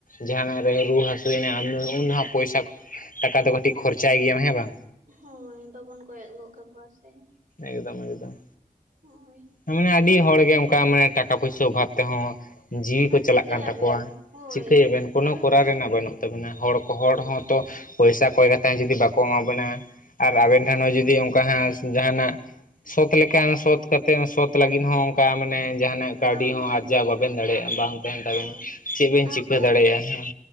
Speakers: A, on the left; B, on the right.
A: ᱡᱟᱦᱟᱱᱟᱜ ᱨᱮ ᱨᱩᱣᱟᱹ ᱦᱟᱹᱥᱩᱭᱮᱱᱟ ᱩᱱ ᱫᱚ ᱦᱟᱸᱜ ᱯᱚᱭᱥᱟ ᱴᱟᱠᱟ ᱫᱚ ᱠᱟᱹᱴᱤᱡ ᱠᱷᱚᱨᱪᱟᱭ ᱜᱮᱭᱟᱢ ᱦᱮᱸ ᱵᱟᱝ?
B: ᱦᱳᱭ ᱵᱟᱵᱚᱱ ᱠᱚᱭᱚᱜ ᱜᱚᱫ ᱠᱟᱠᱚᱣᱟ ᱥᱮ᱾
A: ᱮᱠᱫᱚᱢ ᱮᱠᱫᱚᱢ᱾
B: ᱦᱳᱭ᱾
A: ᱦᱮᱸ, ᱟᱹᱰᱤ ᱦᱚᱲᱜᱮ ᱚᱝᱠᱟ ᱢᱟᱱᱮ ᱴᱟᱠᱟ ᱯᱚᱭᱥᱟᱹ ᱚᱵᱷᱟᱵᱽ ᱛᱮᱦᱚᱸ ᱡᱤᱣᱤ ᱠᱚ
B: ᱟᱨ
A: ᱪᱟᱞᱟᱜ
B: ᱪᱤᱠᱟᱹᱭᱟᱵᱮᱱ
A: ᱠᱟᱱ ᱛᱟᱠᱚᱣᱟ,
B: ᱦᱳᱭ
A: ᱪᱤᱠᱟᱹᱭᱟᱵᱮᱱ ᱠᱳᱱᱳ
B: ᱴᱟᱠᱟ
A: ᱠᱚᱨᱟᱣ
B: ᱯᱚᱭᱥᱟ
A: ᱨᱮᱱᱟᱜ ᱵᱟᱹᱱᱩᱜ ᱛᱟᱵᱤᱱᱟ ᱦᱚᱲ ᱠᱚ
B: ᱦᱳᱭ
A: ᱦᱚᱲ ᱦᱚᱸᱛᱚ ᱯᱚᱭᱥᱟ ᱠᱚᱭ ᱠᱟᱛᱮ ᱦᱚᱸ ᱡᱩᱫᱤ ᱵᱟᱠᱚ ᱮᱢᱟ ᱵᱮᱱᱟ ᱟᱨ ᱟᱵᱮᱱ ᱴᱷᱮᱱ ᱦᱚᱸ ᱡᱩᱫᱤ ᱚᱝᱠᱟ ᱦᱟᱸᱜ ᱡᱟᱸᱦᱟᱱᱟᱜ ᱥᱳᱛ ᱞᱮᱠᱟ ᱥᱳᱛ ᱠᱟᱛᱮ ᱥᱳᱛ ᱞᱟᱹᱜᱤᱫ ᱦᱚᱸ ᱚᱱᱠᱟ ᱢᱟᱱᱮ ᱡᱟᱦᱟᱱᱟᱜ ᱠᱟᱹᱣᱰᱤ
B: ᱵᱟᱝ
A: ᱦᱚᱸ
B: ᱛᱟᱦᱮᱱ
A: ᱟᱨᱡᱟᱣ
B: ᱛᱟᱵᱤᱱᱟ
A: ᱵᱟᱵᱮᱱ ᱫᱟᱲᱮᱭᱟᱜᱼᱟ
B: ᱠᱟᱹᱣᱰᱤ
A: ᱵᱟᱝ ᱛᱟᱦᱮᱱ
B: ᱦᱳᱭ
A: ᱛᱟᱵᱮᱱᱟ, ᱪᱮᱫ ᱵᱮᱱ
B: ᱟᱨ
A: ᱪᱤᱠᱟᱹ
B: ᱡᱟ
A: ᱫᱟᱲᱮᱭᱟᱜᱼᱟ ᱦᱮᱸ᱾